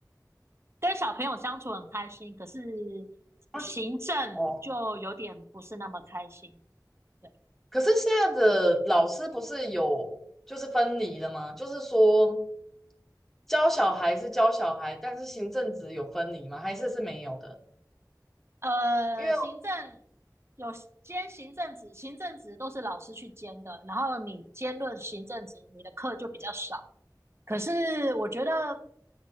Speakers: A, on the right; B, in the centre.
A: 跟小朋友相处很开心，可是
B: 啊，
A: 行政就有点不是那么开心。
B: 哦，
A: 对，
B: 可是现在的老师不是有就是分离的吗？就是说教小孩是教小孩，但是行政职有分离吗？还是是没有的？
A: 呃，
B: 因为
A: 行政有兼行政职，行政职都是老师去兼的，然后你兼任行政职，你的课就比较少。可是我觉得